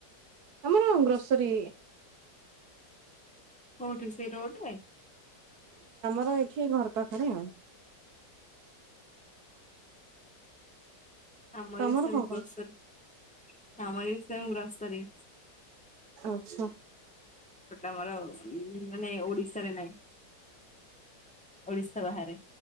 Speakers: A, on the right (about 65°); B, in the centre.
A: ଆମର ଗ୍ରୋସରୀ।
B: କୋଉଠି ସେଇ ରୋଡରେ।
A: ହଁ ଏଠି ଘର ପାଖରେ ଆଉ।
B: ଆମର
A: ତମର
B: ବି ସେମ
A: କଣ କଣ
B: ଗ୍ରୋସରି ଆମର ବି ସେମ ଗ୍ରୋସ ସରି।
A: ଆଚ୍ଛା।
B: ଆମର ମାନେ ଓଡିଶାରେ ନାହିଁ ଓଡିଶା ବାହାରେ।